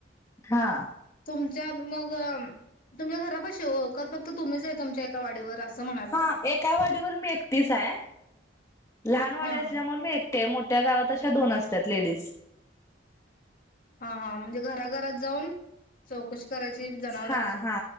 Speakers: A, on the left; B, on the left.
A: हा
B: तुमच्या मग तुम्ही घरापाशी ओ काय फक्त तुम्ही आहे तुमच्या एका वाडीवर असं म्हणाल
A: हा
B: तुम्ही?
A: एका वाडीवर मी एकटीच आहे, लहान वाडी
B: हा
A: असल्यामुळे
B: हा
A: मी एक ते मोठ्या गावात अशा दोन असतात लेडीज
B: हा हा म्हणजे घराघरात जाऊन चौकशी करायची जनावरांची.
A: हा हा